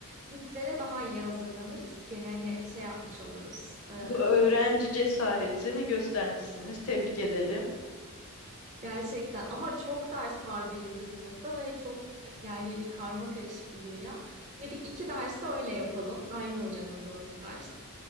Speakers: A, on the right; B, on the left.
A: Bütlere daha iyi hazırlanırız ki hani şey yapmış oluruz. E,
B: Bu öğrenci
A: iyi
B: cesaretini göstermişsiniz. Tebrik ederim.
A: Gerçekten ama çok ders var birinci sınıfta ve çok yani karma karışık bir dünya. Dedik iki dersi öyle yapalım. Aynı hocanın da o iki ders.